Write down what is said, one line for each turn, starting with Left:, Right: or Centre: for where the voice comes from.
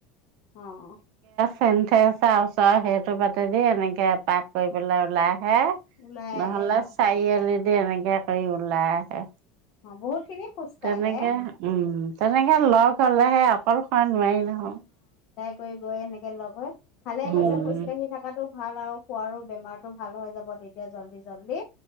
Left: অ'।
Right: সন্ধিয়া ৰাস্তা ওচৰ সেইটো বাতেদি এনেকে এপাক কৰি পেলাই ওলাই হে
Left: ওলাই
Right: নহ'লে
Left: আহে আৰু
Right: চাইআলিত যে এনেকে কৰি ওলাই আহে।
Left: অ', বহুত খিনি। খোজ
Right: তেনেকে,
Left: কাঢ়ে
Right: উম। তেনেকে লগ হলেহে অ সৰু খন নোৱাৰি নহয়।
Left: গৈ-গৈ এনেকে লগত ভালে
Right: উম।
Left: কৈছে খোজকাঢ়ি থকাতো। ভাল আৰু খোৱাৰো বেমাৰতটো ভাল হৈ যাব তেতিয়া জল্দি-জল্দি।